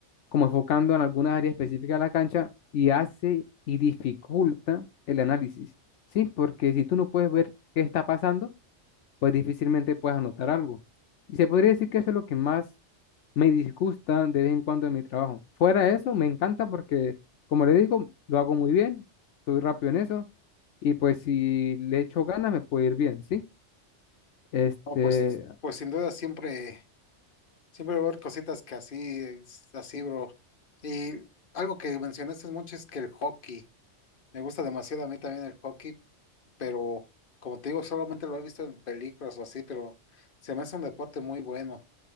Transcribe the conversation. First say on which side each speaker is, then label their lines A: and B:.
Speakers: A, on the left; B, on the left.
A: como enfocando en alguna área específica de la cancha y hace y dificulta el análisis, ¿sí? Porque si tú no puedes ver qué está pasando, pues difícilmente puedes anotar algo. Y se podría decir que eso es lo que más me disgusta de vez en cuando en mi trabajo. Fuera de eso, me encanta porque, como le digo, lo hago muy bien, soy rápido en eso y pues si le echo ganas me puede ir bien, ¿sí? Este,
B: No, pues, pues sin duda siempre. Siempre va a haber cositas que así, es así, bro. Y algo que mencionaste mucho es que el hockey. Me gusta demasiado a mí también el hockey, pero como te digo, solamente lo he visto en películas o así, pero se me hace un deporte muy bueno.